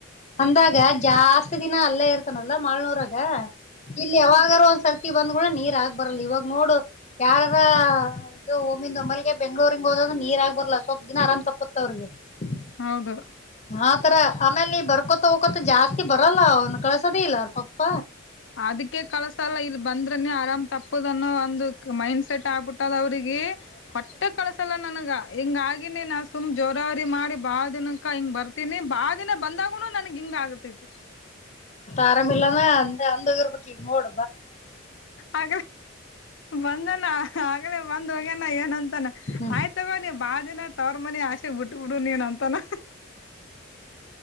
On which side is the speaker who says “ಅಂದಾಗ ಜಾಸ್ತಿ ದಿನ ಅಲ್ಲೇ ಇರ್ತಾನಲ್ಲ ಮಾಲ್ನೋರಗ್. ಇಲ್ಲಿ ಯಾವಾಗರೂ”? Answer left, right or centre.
Left